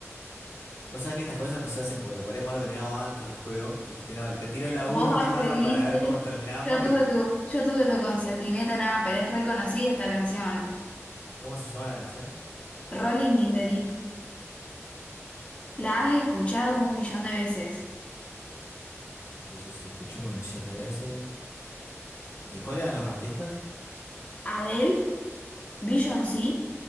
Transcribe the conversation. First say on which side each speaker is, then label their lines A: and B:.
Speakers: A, on the left (about 80°); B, on the left (about 25°).
A: Vos sabés que estas cosas no se hacen porque lo podríamos haber terminado antes del juego. Y dijiste, no, vale, te tiro la última
B: Vos accediste,
A: para ver cómo terminamos
B: yo tuve
A: y...
B: tu, yo tuve tu consentimiento, nada, pero es reconocida esta canción.
A: ¿Cómo se llama la canción?
B: Rolling in the Deep. La has escuchado un millón de veces.
A: Entonces, si la escuché un montón de veces... ¿Y cuáles eran los artistas?
B: Adele, Beyoncé,